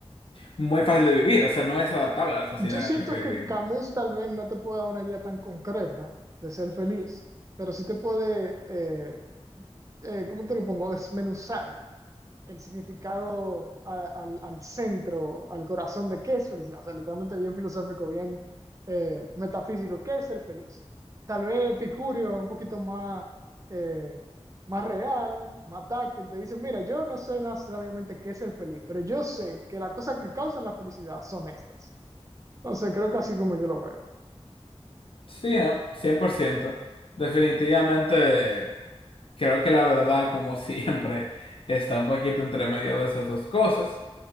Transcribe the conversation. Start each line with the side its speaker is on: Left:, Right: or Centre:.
Left: muy fácil de vivir, o sea, no es adaptable a la sociedad
Right: Yo siento
Left: en la que
Right: que
Left: vivimos.
Right: Camus tal vez no te puede dar una guía tan concreta de ser feliz, pero sí te puede, eh, eh, ¿cómo te lo pongo? Desmenuzar el significado a- al, al centro, al corazón de qué es felicidad. O sea, literalmente bien filosófico, bien eh, metafísico, qué es ser feliz. Tal vez Epicurio es un poquito más, eh, más real, más táctil. Te dice, mira, yo no sé necesariamente qué es ser feliz, pero yo sé que las cosas que causan la felicidad son estas. Entonces, creo que así como yo lo veo.
Left: Sí, ¿no? cien por ciento Definitivamente creo que la verdad, como <laughs> siempre, está un poquito entre medio de esas dos cosas.